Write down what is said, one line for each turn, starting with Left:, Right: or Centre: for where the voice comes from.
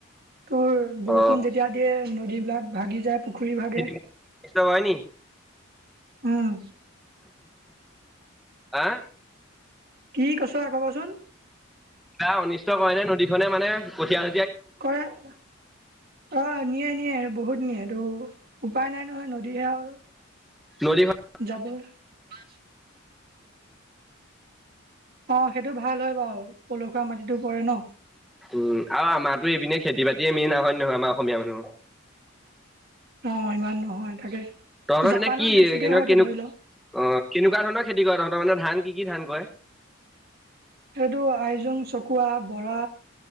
Right: তোৰ বৰষুণ
Centre: অ
Right: যেতিয়া দিয়ে নদীবিলাক ভাগি যায় পুখুৰী ভাগে
Centre: খেতি অনিষ্ট কৰে নি
Right: উম,
Centre: আহ
Right: কি কৈছ আকৌ কচোন।
Centre: কিবা অনিষ্ট কৰে নে নদীখনে মানে কঠিয়াল
Right: কৰে অ, নিয়ে - নিয়ে বহুত নিয়ে এটো উপায় নাই নহয় নদীহে আৰু
Centre: নদীখন
Right: যাবই। অ, সেইটো ভাল হয় বাৰু পলসুৱা মাটিতো পৰে ন।
Centre: উম, আৰু আমাৰতো এইপিনে খেতি বাতিয়ে মেইন আহ নহয় আমাৰ অসমীয়া মানুহ।
Right: অ, ইমান নহয় তাকে
Centre: তহঁতৰ
Right: জাপানত
Centre: পিনে কি
Right: বেছিকে
Centre: কেনে
Right: হয়তো
Centre: কেনেকুৱা
Right: ধৰি ল।
Centre: অ, কেনেকুৱা ধৰণৰ খেতি কৰে তহতৰ মানে ধান কি? কি ধান কৰে
Right: এইটো আইজোং চকুৱা বৰা